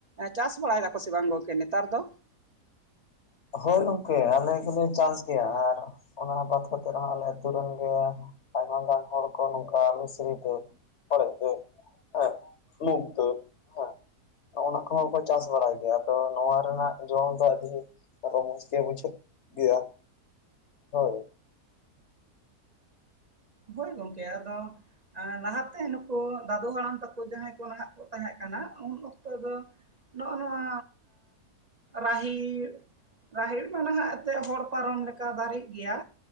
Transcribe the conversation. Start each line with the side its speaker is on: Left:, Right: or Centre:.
Right: ᱪᱟᱥ ᱵᱟᱲᱟᱭ ᱫᱟᱠᱚ ᱥᱮ ᱵᱟᱝ ᱜᱚᱝᱠᱮ ᱱᱮᱛᱟᱨ ᱫᱚ?
Left: ᱦᱳᱭ ᱜᱚᱝᱠᱮ ᱟᱞᱮ ᱜᱮᱞᱮ ᱪᱟᱥ ᱜᱮᱭᱟ ᱟᱨ ᱚᱱᱟ ᱵᱟᱫ ᱠᱟᱛᱮᱜ ᱨᱮᱦᱚᱸ ᱟᱞᱮ ᱟᱹᱛᱩ ᱨᱮᱱ ᱜᱮ ᱟᱭᱢᱟ ᱜᱟᱱ ᱦᱚᱲ ᱠᱚ ᱱᱚᱝᱠᱟ ᱢᱟᱹᱥᱨᱤ ᱫᱟᱹᱞ, ᱦᱚᱨᱮᱡ ᱫᱟᱹᱞ ᱦᱮᱸ ᱢᱩᱠ ᱫᱟᱹᱞ ᱦᱮᱸ᱾ ᱚᱜᱼᱚ ᱱᱚᱣᱟ ᱠᱚᱦᱚᱸ ᱠᱚ ᱪᱟᱥ ᱵᱟᱲᱟᱭ ᱜᱮᱭᱟ ᱟᱫᱚ ᱱᱚᱣᱟ ᱨᱮᱱᱟᱜ ᱡᱚᱢ ᱫᱚ ᱟᱹᱫᱷᱤ ᱨᱚᱢᱚᱡᱽ ᱜᱮ ᱵᱩᱡᱷᱟᱹᱜ ᱜᱮᱭᱟ ᱦᱳᱭ᱾
Right: ᱦᱳᱭ ᱜᱚᱝᱠᱮ ᱟᱫᱚ ᱮᱸ ᱞᱟᱦᱟᱛᱮ ᱱᱩᱠᱚ ᱫᱟᱫᱩ ᱦᱟᱲᱟᱢ ᱛᱟᱠᱚ ᱡᱟᱦᱟᱸᱭ ᱠᱚ ᱱᱟᱦᱟᱜ ᱠᱚ ᱛᱟᱦᱮᱸ ᱠᱟᱱᱟ ᱩᱱ ᱚᱠᱛᱚ ᱫᱚ ᱱᱚᱜᱼᱚ ᱱᱚᱣᱟ ᱨᱟᱦᱤᱲ ᱨᱟᱦᱤᱲ ᱢᱟ ᱱᱟᱦᱟᱜ ᱮᱛᱮᱜ ᱦᱚᱲ ᱯᱟᱨᱚᱢ ᱞᱮᱠᱟ ᱫᱟᱨᱤᱜ ᱜᱮᱭᱟ᱾